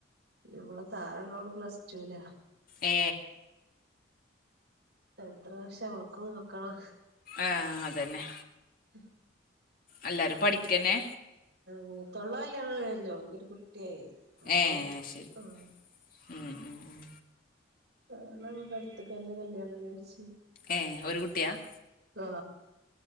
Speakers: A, on the right (about 65°); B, on the left (about 45°).
A: ഇവള് താഴെള്ളവള് പ്ലസ് ടൂലാ
B: ഏ
A: എത്ര വർഷം അവൾക്കും നോക്കണം
B: ആ അതന്നെ
A: അ
B: എല്ലാരും പഠിക്കന്നെ
A: മൂത്തോളെ കല്യാണം കഴിഞ്ഞു അവൾക്കൊരു കുട്ടിയായി അവള്
B: ഏ ശരി
A: ആ
B: ഉം ഉം ഉം
A: ആ ന്നെങ്ങട്ട് അടുത്ത്ക്കെന്നെ കല്യാണം കഴിച്ചെ
B: ഏയ് ഒരു കുട്ടിയാണ്
A: ആ